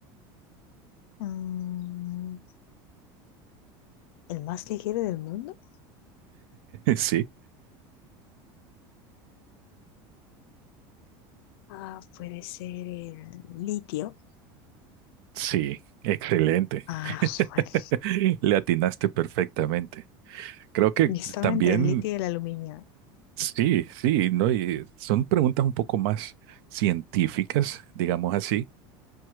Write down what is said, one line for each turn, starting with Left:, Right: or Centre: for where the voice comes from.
Left: Mm, ¿el más ligero del mundo?
Right: <laughs> Sí,
Left: Ah, puede ser el litio.
Right: sí, excelente.
Left: Ah,
Right: <laughs>
Left: vale.
Right: Le atinaste perfectamente. Creo que
Left: Yo <laughs> estaba
Right: también,
Left: entre el litio y el aluminio.
Right: sí, sí, ¿no? Y son preguntas un poco más científicas, digamos así.